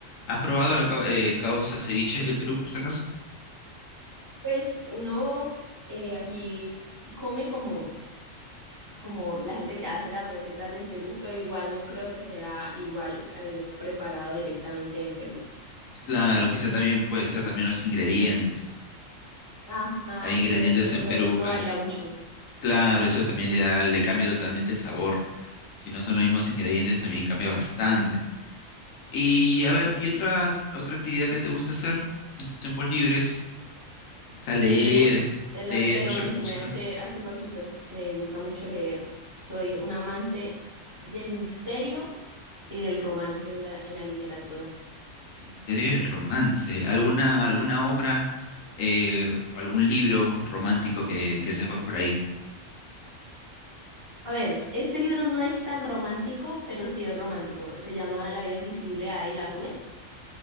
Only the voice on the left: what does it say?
¿Has probado la cau- eh, causa ceviche del Perú, por si acaso?
Claro, quizá también puede ser también los ingredientes.
Hay ingredientes
en Perú
que,
claro, eso también le da, le cambia totalmente el sabor. Si no son los mismos ingredientes, también cambia bastante. Y a ver, ¿y otra, otra actividad que te gusta hacer en tus tiempos libres? Quizá leer,
leer,
escuchar
música,
el misterio y el romance. ¿Alguna, alguna obra eh, o algún libro romántico que, que sepas por ahí?